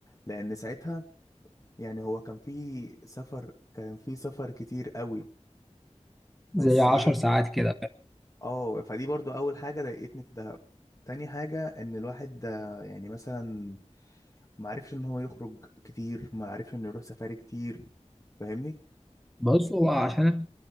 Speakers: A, on the left; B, in the centre.
A: لان ساعتها يعني هو كان في سفر كان في سفر كتير قوي بس
B: زي عشر
A: ايه
B: ساعات كده
A: اه فدي برضو اول حاجه ضايقتني في دهب تاني حاجه ان الواحد ده يعني مثلا ما عرفش ان هو يخرج كتير ما عرفش انه يروح سفاري كتير فاهمني
B: بص هو عشان